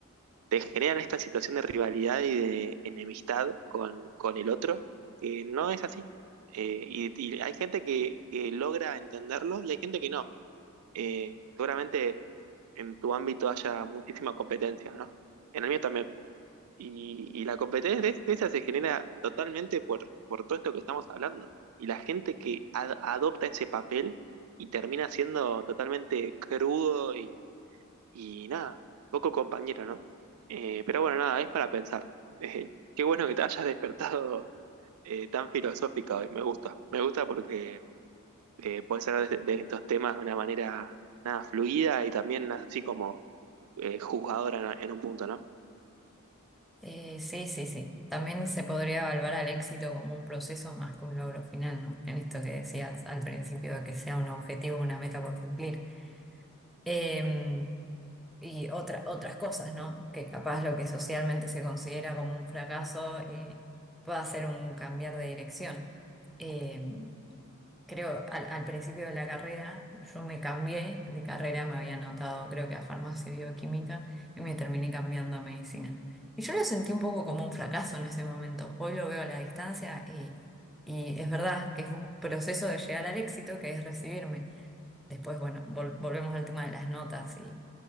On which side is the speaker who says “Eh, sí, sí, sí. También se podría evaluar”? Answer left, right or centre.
Centre